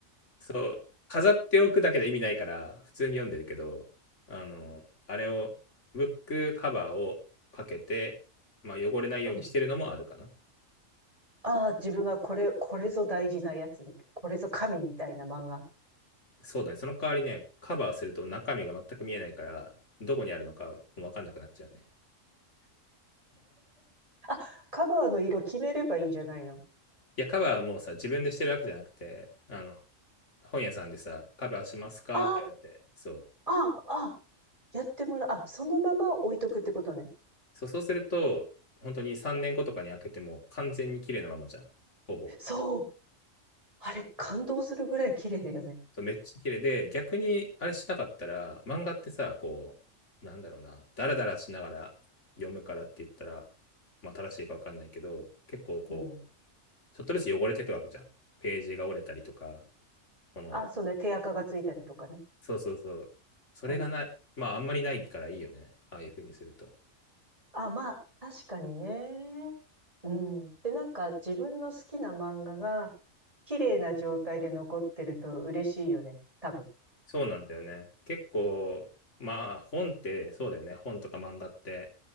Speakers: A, on the left; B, on the right.
A: そう、飾っておくだけで意味ないから、普通に読んでるけど、あの、あれを、ブックカバーをかけて、まあ、汚れないようにしてるのもあるかな。
B: うん。ああ、自分がこれ、これぞ大事なやつ、これぞ神みたいな漫画。
A: そうだね。その代わりね、カバーすると中身が全く見えないから、どこにあるのかもう分かんなくなっちゃうね。
B: あ、カバーの色決めればいいんじゃないの
A: いや、カバーはもうさ、自分でしてるわけじゃなくて、あの、本屋さんでさ、カバーしますかって言われて、
B: あ
A: そう。
B: あ、ああ、ああ、やってもらう。あ、そのまま置いとくってことね。
A: そう、そうすると、本当に3年後とかに開けても完全に綺麗なままじゃん、ほぼ。
B: そう。
A: そう
B: あれ、感動するぐらい綺麗だよね。
A: そうめっちゃ綺麗で、逆にあれしなかったら、漫画ってさ、こう、なんだろうな、ダラダラしながら読むからって言ったら、まあ、正しいかわかんないけど、結構こ
B: うん。
A: う、ちょっとずつ汚れていくわけじゃん。ページが折れたりとか、この
B: あ、そうね。手垢がついたりとかね。
A: そうそうそう。それがない、
B: うん。
A: まああんまりないからいいよね。ああいう風にすると。
B: あ、まあ、確かにね。うん。で、なんか自分の好きな漫画が綺麗な状態で残ってると嬉しいよね。多分。
A: そうなんだよね。結構、まあ本ってそうだよね。本とか漫画って